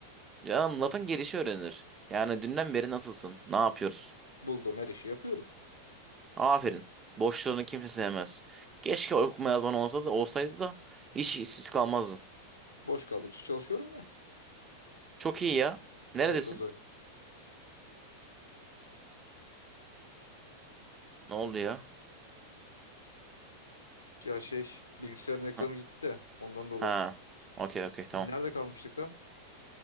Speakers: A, on the right (about 20°); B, on the left (about 75°).
A: Ya lafın gelişi öğrenilir. Yani dünden beri nasılsın? Ne yapıyoruz?
B: Bulduğum her işi yapıyorum.
A: Aferin. Boşlarını kimse sevmez. Keşke okuma yazman olsa da olsaydı da hiç işsiz kalmazdın.
B: Boş kaldıkça çalışıyorum ya.
A: Çok iyi ya. Neredesin?
B: Bir dakika Uzay.
A: Ne oldu ya?
B: Ya şey bilgisayarın ekranı
A: Ha,
B: gitti de ondan dolayı.
A: ha. Okey okey tamam.
B: Nerede kalmıştık tam?